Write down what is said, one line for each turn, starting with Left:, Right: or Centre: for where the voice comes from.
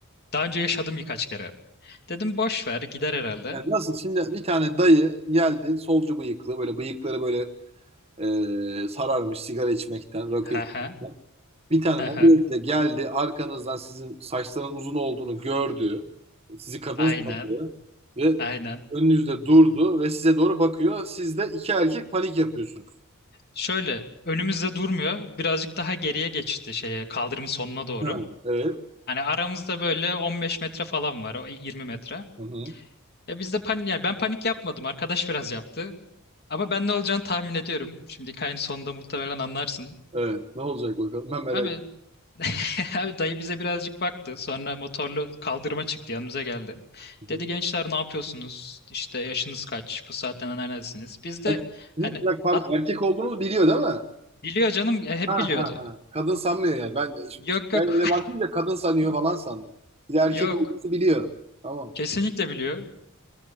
Left: daha önce yaşadım birkaç kere. Dedim boş ver gider herhalde.
Right: Yani nasıl şimdi bir tane dayı geldi solcu bıyıklı böyle bıyıkları böyle Ee, sararmış sigara içmekten, rakı
Left: He
Right: içmekten.
Left: he
Right: Bir tane
Left: he
Right: mobiletle
Left: he.
Right: geldi, arkanızdan sizin saçlarınız uzun olduğunu gördü. Sizi kadın
Left: Aynen
Right: sandı ve
Left: aynen.
Right: önünüzde durdu ve size doğru bakıyor. Siz de iki erkek panik yapıyorsunuz.
Left: Şöyle önümüzde durmuyor. Birazcık daha geriye geçti şeye kaldırımın sonuna doğru.
Right: Ha, evet.
Left: Hani aramızda böyle 15 metre falan var, o 20 metre.
Right: Hı hı.
Left: E biz de panik, yani ben panik yapmadım, arkadaş biraz yaptı. Ama ben ne olacağını tahmin ediyorum. Şimdi hikayenin sonunda muhtemelen anlarsın.
Right: Evet. Ne olacak bakalım? Ben merak
Left: Abi,
Right: ediyorum.
Left: <laughs> abi dayı bize birazcık baktı. Sonra motorlu kaldırıma çıktı, yanımıza geldi.
Right: Hı hı.
Left: Dedi gençler ne yapıyorsunuz? İşte yaşınız kaç? Bu saatten neredesiniz? Biz de
Right: Ay, Sizin
Left: hani
Right: ya, pardon,
Left: "At-
Right: erkek olduğunuzu biliyor değil mi? Ha
Left: biliyor canım, e, hep
Right: ha
Left: biliyordu.
Right: ha. Kadın sanmıyor yani. Ben de şimdi
Left: Yok yok,
Right: ben öyle bakınca kadın sanıyor falan sandım. Siz erkek
Left: <laughs> yok.
Right: olduğunuzu biliyor. Tamam.
Left: Kesinlikle biliyor.